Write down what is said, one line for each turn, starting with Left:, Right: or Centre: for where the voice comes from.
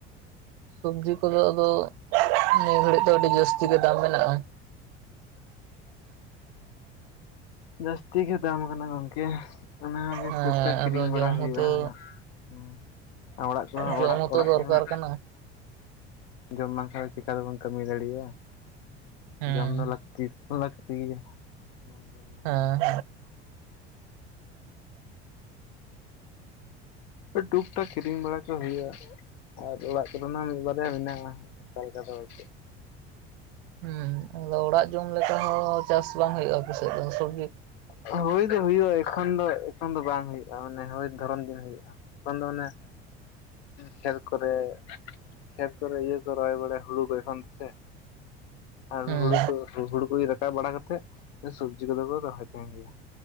Right: ᱥᱚᱵᱡᱤ ᱠᱚᱫᱚ ᱟᱫᱚ ᱱᱤᱭᱟᱹ ᱜᱷᱟᱹᱲᱤᱡ ᱫᱚ ᱟᱹᱰᱤ ᱡᱟᱹᱥᱛᱤ ᱜᱮ ᱫᱟᱢ ᱢᱮᱱᱟᱜᱼᱟ᱾
Left: ᱡᱟᱹᱥᱛᱤ ᱜᱮ ᱫᱟᱢ ᱠᱟᱱᱟ ᱜᱚᱢᱠᱮ᱾ ᱚᱱᱟᱜᱮ
Right: ᱦᱮᱸ
Left: ᱛᱚᱠᱛᱟ ᱠᱤᱨᱤᱧ
Right: ᱟᱫᱚ ᱡᱚᱢ
Left: ᱵᱟᱲᱟ ᱦᱩᱭᱩᱜᱼᱟ
Right: ᱦᱚᱸᱛᱚ
Left: ᱦᱟᱸᱜ ᱦᱩᱸ ᱚᱲᱟᱜ ᱠᱚᱦᱚᱸ
Right: ᱡᱚᱢ
Left: ᱚᱲᱟᱜ
Right: ᱦᱚᱸᱛᱚ
Left: ᱚᱲᱟᱜ
Right: ᱫᱚᱨᱠᱟᱨ
Left: ᱠᱚᱦᱚᱸ ᱦᱮᱸ
Right: ᱠᱟᱱᱟ
Left: ᱡᱚᱢ ᱵᱟᱝᱠᱷᱟᱱ ᱫᱚ ᱪᱤᱠᱟ ᱛᱮᱵᱚᱱ ᱠᱟᱹᱢᱤ ᱫᱟᱲᱮᱭᱟᱜᱼᱟ
Right: ᱦᱮᱸ
Left: ᱡᱚᱢ ᱫᱚ ᱞᱟᱹᱠ ᱛᱤᱥ ᱞᱟᱹᱠᱛᱤᱭᱟ <inaudible>
Right: ᱟᱸ
Left: ᱴᱩᱠ ᱴᱟᱠ ᱠᱤᱨᱤᱧ ᱵᱟᱲᱟ ᱠᱚ ᱦᱩᱭᱩᱜᱼᱟ᱾ ᱟᱨ ᱚᱲᱟᱜ ᱠᱚᱨᱮᱱᱟᱜ ᱢᱤᱫ ᱵᱟᱨᱭᱟ ᱢᱮᱱᱟᱜᱼᱟ ᱚᱱᱠᱟ ᱞᱮᱠᱟ ᱫᱚ ᱵᱟᱹᱪᱩᱜ
Right: ᱦᱩᱸ ᱟᱫᱚ ᱚᱲᱟᱜ ᱡᱚᱢ ᱞᱮᱠᱟ ᱦᱚᱸ ᱪᱟᱥ ᱵᱟᱝ ᱦᱩᱭᱩᱜᱼᱟ ᱟᱯᱮ ᱥᱮᱫ ᱫᱚ ᱥᱚᱵᱡ
Left: ᱦᱚᱸ ᱦᱩᱭ ᱫᱚ ᱦᱩᱭᱩᱜᱼᱟ᱾ ᱮᱠᱷᱚᱱ ᱫᱚ ᱮᱠᱷᱚᱱ ᱫᱚ ᱵᱟᱝ ᱦᱩᱭᱩᱜᱼᱟ, ᱢᱟᱱᱮ ᱦᱳᱭ ᱫᱷᱚᱨᱚᱢ ᱫᱤᱱ ᱦᱩᱭᱩᱜᱼᱟ, ᱮᱠᱷᱚᱱ ᱫᱚ ᱢᱟᱱᱮ ᱠᱷᱮᱛ ᱠᱚᱨᱮ ᱠᱷᱮᱛ ᱠᱚᱨᱮ ᱤᱭᱟᱹ ᱠᱚ ᱨᱚᱦᱚᱭ ᱵᱟᱲᱟᱭ ᱦᱩᱲᱩ ᱠᱚ ᱮᱠᱷᱚᱱ ᱛᱚᱥᱮ? ᱟᱨ
Right: ᱦᱮᱸ
Left: ᱦᱩᱲᱩ ᱠᱚ ᱦᱩᱲᱩ ᱠᱚ ᱨᱟᱠᱟᱵ ᱵᱟᱲᱟ ᱠᱟᱛᱮᱜ, ᱥᱚᱵᱡᱤ ᱠᱚᱫᱚ ᱠᱚ ᱨᱚᱦᱚᱭ ᱛᱟᱦᱮᱱ ᱜᱮᱭᱟ᱾